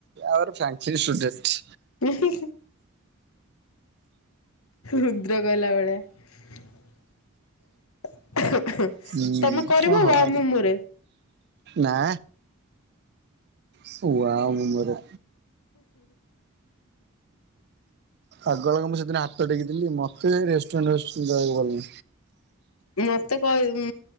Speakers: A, on the right (about 50°); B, on the left (about 80°).
A: ଅର ଫ୍ୟାନ୍ସି ଷ୍ଟୁଣ୍ଡେଟ୍।
B: ନାଇଁ। ରୁଦ୍ର ଗଲା ଭଳିଆ।
A: ହୁଁ
B: ତମେ କରିବ
A: ଓହୋ
B: ଆଉ ମୁ ମୋରେ।
A: ନା। ୱାଓ ମୋମୋରେ। ଆଗଳାଗ ମୁଁ ସେଦିନ ହାତ ଟେକିଦେଲି ମତେ ରେଷ୍ଟୁରାଣ୍ଟ ଫେଷ୍ଟୁରାଣ୍ଟ ଦେବାକୁ ଭଲ।
B: ମତେ କହି